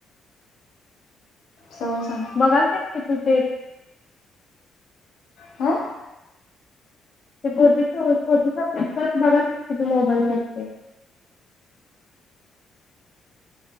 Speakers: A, on the left; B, on the left.
A: सवन सांग
B: बघालच की तूच हे
A: हां
B: <unintelligible> मोबाईलवरती